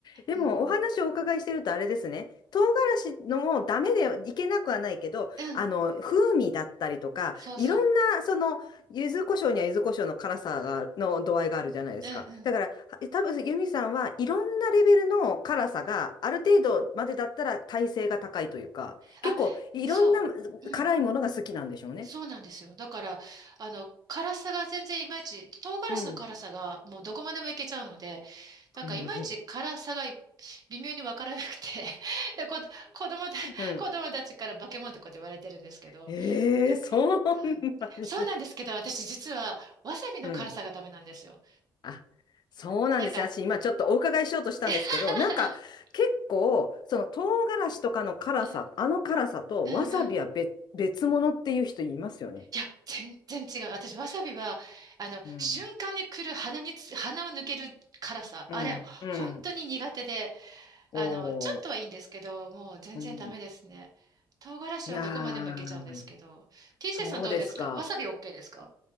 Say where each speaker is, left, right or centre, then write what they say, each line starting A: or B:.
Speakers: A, on the left; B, on the right.
A: でも、
B: うん。
A: お話をお伺いしてるとあれですね。唐辛子のもダメでいけなくはないけど、
B: うん。
A: あの、風味だったりとか、
B: そうそ
A: いろんな、その、柚子胡椒には柚子胡椒の辛さが、の度合いがあるじゃないですか。
B: う。うんうん。
A: だから、は多分、ユミさんはいろんなレベルの辛さがある程度までだったら耐性が高いというか、
B: あ、
A: 結構いろんな
B: そう。うん。
A: 辛いものが好きなんでしょうね。
B: そうなんですよ。だから、あの、辛さが全然いまいち、唐辛子の辛さがもうどこまでもいけちゃうので、
A: うん。<laughs>
B: なんかいまいち辛さがい微妙にわからなくて、<laughs> で、こ、子供た、<laughs>
A: うん。
B: 子供たちから化け物ってこうやって言われてるんですけど、
A: <laughs> ええー、
B: でも
A: そん
B: はいそうなんですけど、
A: なに。
B: 私実はわさびの辛さがダメなんですよ。
A: うん。あ、そうなんですね。
B: なんか、
A: 私今ちょっとお伺いしようとしたんですけど、
B: <laughs>
A: なんか結構、その唐辛子とかの辛さ、
B: うん
A: あの辛さとわさびは別、
B: うんうん。
A: 別物っていう人いますよね。
B: いや、全然違う。私、わさびは、あの、
A: うん、
B: 瞬間に来る鼻につ、鼻を抜ける辛さ。あれ、
A: うん、うん。
B: 本当に苦手で。
A: おー、
B: あの、ちょっとはいいんですけど、もう全然ダメですね。
A: うん。
B: 唐辛子はどこまでもいけちゃうんですけど。
A: いやー、
B: TJ
A: そうですか。
B: さんどうですかわさび OK ですか